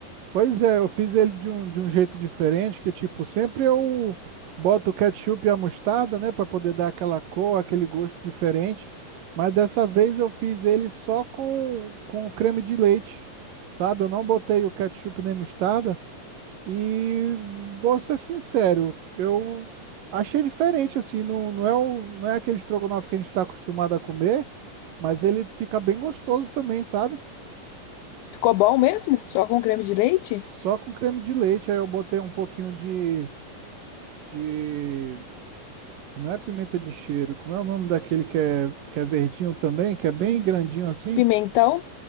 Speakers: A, on the right; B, on the left.
A: pois é, eu fiz ele de um, de um jeito diferente, que tipo, sempre eu boto o ketchup e a mostarda, né, Pra poder dar aquela cor, aquele gosto diferente. Mas dessa vez eu fiz ele só com, com creme de leite, sabe? Eu não botei o ketchup nem mostarda. E vou ser sincero, eu achei diferente, assim, não, não é o, não é aquele estrogonofe que a gente está acostumado a comer, mas ele fica bem gostoso também, sabe?
B: Ficou bom mesmo? Só com creme de leite?
A: Só com creme de leite, aí eu botei um pouquinho de, de, não é pimenta de cheiro, como é o nome daquele que é, que é verdinho também, que é bem grandinho assim?
B: Pimentão?